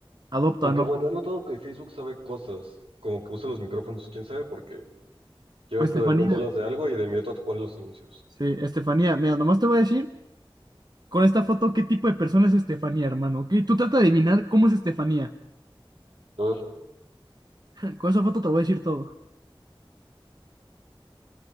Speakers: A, on the right; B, on the right.
A: adopta,
B: Aunque
A: no.
B: bueno, he notado que Facebook sabe cosas. Como que usa los micrófonos, quién sabe por qué. Ya ves
A: Estefanía,
B: que de repente hablas de algo y de inmediato te ponen los anuncios.
A: sí, Estefanía, mira, nomás te voy a decir con esta foto qué tipo de persona es Estefanía, hermano, ¿ok? Tú trata de adivinar cómo es Estefanía.
B: A ver.
A: <laughs> Con esa foto te voy a decir todo.